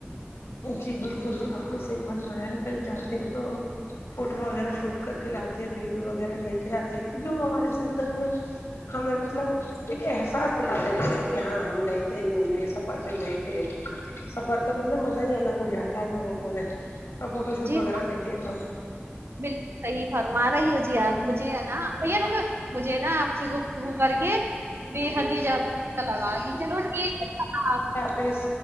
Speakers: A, on the left; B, on the right.
A: جی بالکل آپ نے صحیح فرمایا ہے کہیں جاتے ہیں تو فوٹو وغیرہ شوٹ کر کے لاتے ہیں ویڈیو وغیرہ لے کے آتتے ہیں کیونکہ وہ ہماری زندگی میں ہمیں مطلب ایک احساس دلاتے رہے تھے کہ ہاں ہم گئے تھے گھومنے سفر پے گئے تھے سفر کا مطلب مزہ ہی الگ ہو جاتا ہے جب ہم فوٹو شوٹ
B: جی
A: وغیرہ
B: ہاں
A: لیتے ہیں تو
B: بالکل صحیح فرما رہی ہو جی آپ مجھے نا بھیا روکو مجھے نا آپ سے گپ تگو کر کے بے حد ہی زیادہ اچھا لگا جی چلو ٹھیک ہے آپ
A: بیس